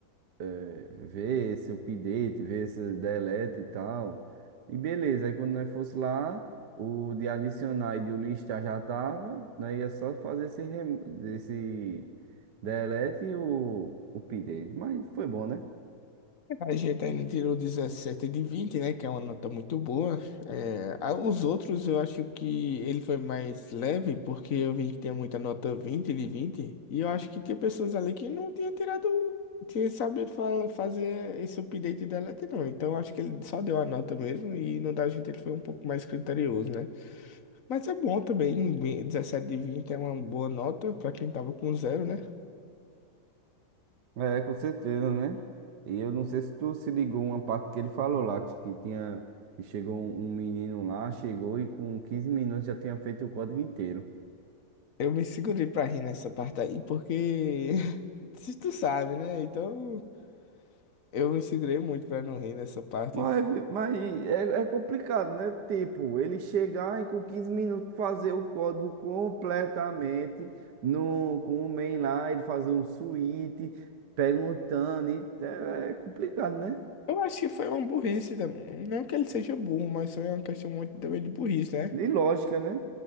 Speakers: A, on the right; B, on the left.
A: é, ver esse update, ver esse delete e tal. E beleza, aí quando nós fosse lá, o de adicionar e de o listar já tava, nós ia só fazer esse, rem- esse delete e o update. Mas foi bom, né?
B: A gente ainda tirou 17 de 20, né? Que é uma nota muito boa. É, a- os outros eu acho que ele foi mais leve, porque eu vi que tinha muita nota 20 de vinte, E eu acho que tinha pessoas ali que não tinha tirado, tinha sabido fa- fazer esse update da delete, não. Então eu acho que ele só deu a nota mesmo e no da gente ele foi um pouco mais criterioso, né? Mas é bom também, bem- 17 de 20 é uma boa nota para quem tava com zero, né?
A: É, com certeza, né? E eu não sei se tu se ligou uma parte que ele falou lá, que, que tinha, que chegou um, um menino lá, chegou e com quinze minutos já tinha feito o código inteiro.
B: Eu me segurei pra rir nessa parte aí, porque <laughs> se tu sabe, né? Então eu me segurei muito pra não rir nessa parte.
A: Mas, mas é, é complicado, né? Tipo, ele chegar e com 15 minutos fazer o código completamente no, com o main lá, ele fazer um switch, perguntando, e é é complicado, né?
B: Eu acho que foi uma burrice também. Não que ele seja burro, mas foi uma questão muito também de burrice, né?
A: De lógica, né?